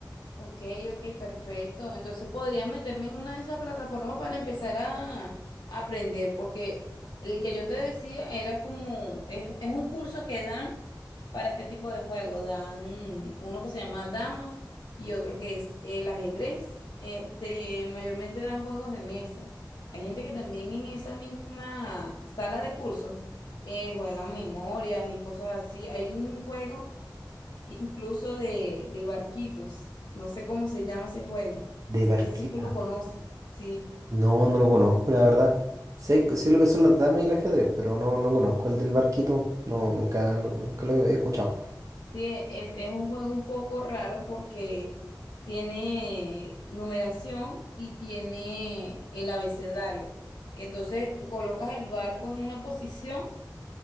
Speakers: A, on the left; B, on the right.
A: Ok, ok, perfecto. Entonces podría meterme en una de esas plataformas para empezar a, a aprender, porque el que yo te decía era como, es, es un curso que dan para este tipo de juego. Dan uno que se llama Dama y otro que es el ajedrez. Este, mayormente dan juegos de mesa. Hay gente que también en esa misma sala de cursos eh, juegan memorias y cosas así. Hay un juego incluso de, de barquitos. No sé cómo se llama ese juego.
B: De barquita.
A: No sé si tú lo conoces. Sí,
B: No, no lo conozco, la verdad. Sé, sé lo que son las damas y el ajedrez, pero no, no conozco el del barquito. No, nunca lo, nunca lo he escuchado.
A: sí, e- es, es un juego un poco raro porque tiene numeración y tiene el abecedario. Entonces colocas el barco en una posición